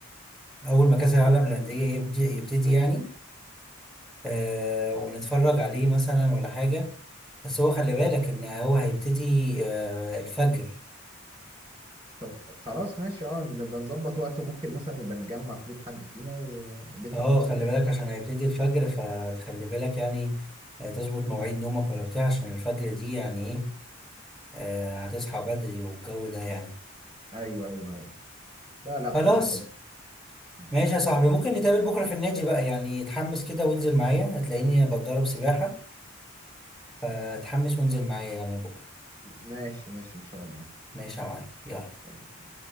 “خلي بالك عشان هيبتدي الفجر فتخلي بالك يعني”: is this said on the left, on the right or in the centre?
Centre